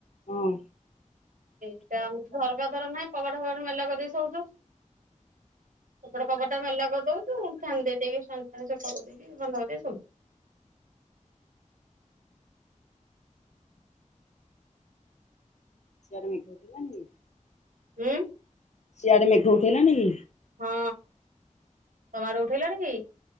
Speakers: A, on the left; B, on the right.
A: ହଁ
B: ଏଇଟା ଆମ ଝରକା ଧର ନାହିଁ କବାଡ ଫବାଡ ମେଲା କରିଦେଇିକି ସଉଛୁ। ସେପଟ କବାଟା ମେଲା କରିଦଉଛୁ? ଫ୍ୟାନ୍ ଦେଇ ଦେଇକି <unintelligible>
A: ସିଆଡେ ମେଘ ହେଲାଣି?
B: ଉଁ।
A: ସିଆଡେ ମେଘ ଉଠେଇଲାଣି କି?
B: ହଁ, ତମ ଆଡେ ଉଠେଇଲାଣି କି?